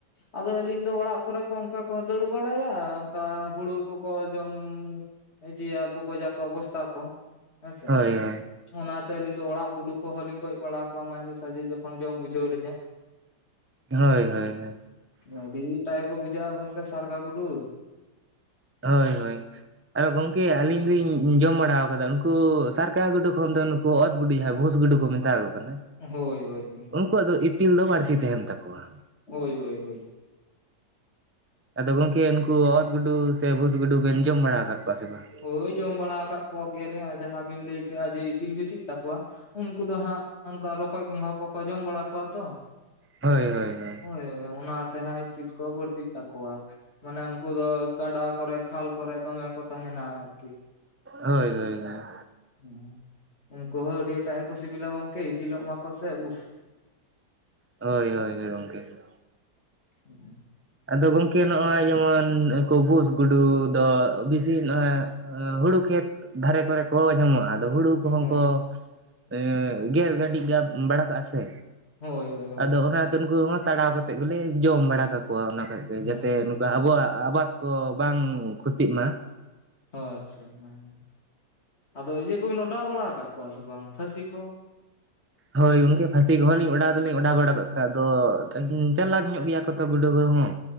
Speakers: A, on the left; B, on the right.
A: ᱟᱫᱚ ᱟᱹᱞᱤᱧ ᱫᱚ ᱚᱲᱟᱜ ᱠᱚᱨᱮ ᱠᱚ ᱚᱱᱠᱟ ᱠᱚ ᱫᱟᱹᱲ ᱵᱟᱲᱟᱭᱟ ᱚᱱᱠᱟ ᱦᱩᱲᱩ ᱠᱚᱠᱚ ᱡᱚᱢ ᱡᱤᱭᱟ ᱵᱚᱜᱚᱡᱟ ᱠᱚ ᱵᱚᱥᱛᱷᱟ ᱠᱚ ᱦᱮᱸᱥᱮ
B: ᱦᱳᱭ ᱦᱳᱭ
A: <unintelligible> ᱚᱱᱟᱛᱮ ᱟᱞᱤᱧ ᱫᱚ ᱚᱲᱟᱜ ᱜᱩᱰᱩ ᱠᱚᱦᱳ ᱞᱤᱧ ᱜᱚᱡ ᱵᱟᱲᱟ ᱠᱚᱣᱟ ᱢᱟᱡᱮ ᱥᱟᱡᱮ ᱡᱚᱠᱷᱚᱱ ᱢᱟᱢ ᱵᱩᱡ ᱡᱷᱟ. ᱣ ᱞᱤᱧᱟ
B: ᱦᱳᱭ
A: ᱦᱮᱸᱥᱮ
B: ᱦᱳᱭ
A: ᱟ. ᱰᱤ ᱮᱴᱟᱜ ᱜᱮ ᱠᱚ ᱵᱩᱡᱷᱟ. ᱜ ᱟ ᱜᱚᱝᱠᱮ ᱥᱟᱨᱜᱟ ᱜᱩᱰᱩ
B: ᱦᱳᱭ ᱦᱳᱭ ᱟᱫᱚ ᱜᱚᱝᱠᱮ ᱟᱹᱞᱤᱧ ᱫᱚᱞᱤᱧ ᱡᱚᱢ ᱵᱟᱲᱟ ᱠᱟᱫᱟ ᱱᱩᱠᱩ ᱥᱟᱨᱠᱟ ᱜᱩᱰᱩ ᱠᱷᱚᱱ ᱫᱚ ᱚᱛ ᱜᱩᱰᱩ ᱡᱟᱦᱟᱸ ᱵᱷᱩᱥ ᱜᱩᱰᱩ ᱠᱚ ᱢᱮᱛᱟ ᱟᱠᱚ ᱠᱟᱱᱟ
A: ᱦᱳᱭ ᱦᱳᱭ ᱦᱳᱭ
B: ᱩᱱᱠᱩᱣᱟᱜ ᱫᱚ ᱤᱛᱤᱞ ᱫᱚ ᱵᱟᱹᱲᱛᱤ ᱛᱟᱦᱮᱱ ᱛᱟᱠᱚᱣᱟ
A: ᱦᱳᱭ ᱦᱳᱭ ᱦᱳᱭ
B: ᱟᱫᱚ ᱜᱚᱝᱠᱮ ᱩᱱᱠᱩ ᱚᱛ ᱜᱩᱰᱩ ᱥᱮ ᱵᱷᱩᱥ ᱜᱩᱰᱩ ᱵᱮᱱ ᱡᱚᱢ ᱵᱟᱲᱟ ᱟᱠᱟᱫ ᱠᱚᱣᱟ ᱥᱮ ᱵᱟᱝ
A: ᱦᱳᱭ ᱡᱚᱢ ᱵᱟᱲᱟ ᱟᱠᱟᱫ ᱠᱚᱣᱟ ᱜᱮᱭᱟᱞᱤᱧ ᱟᱨ ᱡᱟᱦᱟᱸ ᱵᱤᱱ ᱞᱟᱹᱭ ᱠᱮᱜᱼᱟ ᱡᱮ ᱤᱛᱤᱞ ᱵᱤᱥᱤᱜ ᱛᱟᱠᱚᱣᱟ ᱩᱱᱠᱩ ᱫᱚ ᱦᱟᱸᱜ ᱚᱱᱠᱟ ᱨᱚᱠᱚᱡ ᱜᱚᱸᱜᱷᱟ ᱠᱚᱠᱚ ᱡᱚᱢ ᱵᱟᱲᱟ ᱠᱚᱣᱟ ᱛᱚ
B: ᱦᱳᱭ ᱦᱳᱭ ᱦᱳᱭ
A: ᱦᱳᱭ ᱦᱳᱭ ᱚᱱᱟ ᱛᱮᱦᱟᱸᱜ ᱤᱛᱤᱞ ᱠᱚ ᱵᱟᱹᱲᱛᱤᱜ ᱛᱟᱠᱚᱣᱟ ᱢᱟᱱᱮ ᱩᱱᱠᱩ ᱫᱚ ᱜᱟᱰᱟ ᱠᱚᱨᱮ ᱠᱷᱟᱞ ᱠᱚᱨᱮ ᱫᱚᱢᱮ ᱠᱚ ᱛᱟᱦᱮᱱᱟ ᱟᱨᱠᱤ
B: ᱦᱳᱭ ᱦᱳᱭ ᱦᱳᱭ
A: ᱦᱩ ᱩᱱᱠᱩ ᱦᱚᱸ ᱟᱹᱰᱤ ᱮᱴᱟᱜ ᱜᱮᱠᱚ ᱥᱤᱵᱤᱞᱟ ᱜᱚᱝᱠᱮ ᱤᱛᱤᱞᱚᱜ ᱢᱟᱠᱚ ᱥᱮ ᱩᱦ
B: ᱦᱳᱭ ᱦᱳᱭ ᱦᱳᱭ ᱜᱚᱝᱠᱮ
A: <inaudible>
B: ᱟᱫᱚ ᱜᱚᱝᱠᱮ ᱱᱚᱜᱼᱚᱭ ᱡᱮᱢᱚᱱ ᱩᱱᱠᱩ ᱵᱷᱩᱥ ᱜᱩᱰᱩ ᱫᱚ ᱵᱤᱥ ᱛᱤ ᱱᱚᱜ ᱚᱭ ᱦᱩᱲᱩ ᱠᱷᱮᱛ ᱫᱷᱟᱨᱮ ᱠᱚᱨᱮ ᱠᱚ ᱧᱟᱢᱚᱜᱼᱟ ᱟᱫᱚ ᱦᱩᱲᱩ ᱠᱚᱦᱚᱸ
A: ᱦᱳᱭ
B: ᱠᱚ <unintelligible> ᱮᱫ ᱜᱮᱫ ᱜᱟ. ᱰᱤᱡ ᱵᱟᱲᱟ ᱠᱟᱜᱼᱟ ᱥᱮ
A: ᱦᱳᱭ ᱦᱳᱭ ᱦᱳᱭ
B: ᱟᱫᱚ ᱚᱱᱟᱛᱮ ᱩᱱᱠᱩ ᱦᱚᱸ ᱛᱟᱲᱟᱣ ᱠᱟ ᱠᱟᱛᱮᱫ ᱜᱮᱞᱮ ᱡᱚᱢ ᱵᱟᱲᱟ ᱠᱟᱠᱚᱣᱟ ᱚᱱᱟ ᱠᱷᱚᱡᱜᱮ
A: ᱦᱳᱭ
B: ᱡᱟᱛᱮ
A: ᱦᱳᱭ
B: ᱱᱚᱝᱠᱟ
A: ᱦᱳᱭ
B: ᱟᱵᱚᱣᱟᱜ ᱟᱵᱟᱫᱽ ᱠᱚ ᱵᱟᱝ ᱠᱷᱚᱛᱤᱜ ᱢᱟ
A: ᱚ ᱟᱪᱪᱷᱟ ᱦᱮᱸ ᱟᱫᱚ ᱤᱭᱟᱹ ᱠᱚᱵᱮᱱ ᱚᱰᱟᱣ ᱵᱟᱲᱟ ᱟᱠᱟᱫ ᱠᱚᱣᱟ ᱥᱮ ᱵᱟᱝ ᱯᱷᱟᱹᱥᱤ ᱠᱚ
B: ᱦᱳᱭ ᱜᱚᱝᱠᱮ ᱯᱷᱟᱥᱤ ᱠᱚᱦᱚᱸ ᱞᱤᱧ ᱚᱰᱟᱣ ᱫᱚᱞᱤᱧ ᱚᱰᱟᱣ ᱵᱟᱲᱟ ᱠᱟᱜ ᱠᱟᱜᱼᱟ ᱟᱫᱚ ᱪᱟᱞᱟᱠ ᱧᱚᱜ ᱜᱮᱭᱟ ᱠᱚᱛᱚ ᱜᱩᱰᱩ ᱠᱚ ᱦᱚᱸ